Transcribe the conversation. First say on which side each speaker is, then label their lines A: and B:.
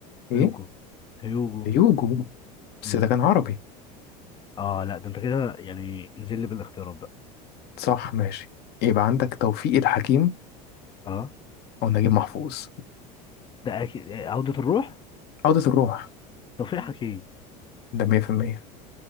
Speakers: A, on the left; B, on the left.
A: ايه
B: هيوجو هيوجو
A: هيوجو بس
B: مم.
A: ده كان عربي
B: اه لا ده انت كده يعني نزل لي بالاختيارات بقى
A: صح ماشي يبقى عندك توفيق الحكيم
B: اه
A: او نجيب محفوظ
B: ده أكيد عودة الروح
A: عودة الروح
B: توفيق حكيم
A: ده 100%